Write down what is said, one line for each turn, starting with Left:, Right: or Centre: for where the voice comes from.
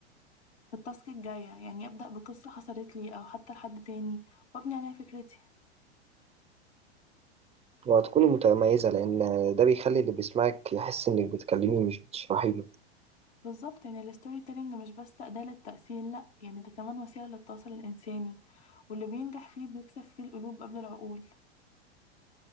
Left: في التاسك الجاية يعني أبدأ بقصة حصلت لي أو حتى لحد تاني وأبني عليها فكرتي
Right: وهتكوني متميزة لأن ده بيخلي اللي بيسمعك يحس إنك بتكلميه مش بتشرحي له
Left: بالظبط يعني الستوري تيلينج مش بس أداة للتأثير لأ يعني ده كمان وسيلة للتواصل الإنساني واللي بينجح فيه بيكسب فيه القلوب قبل العقول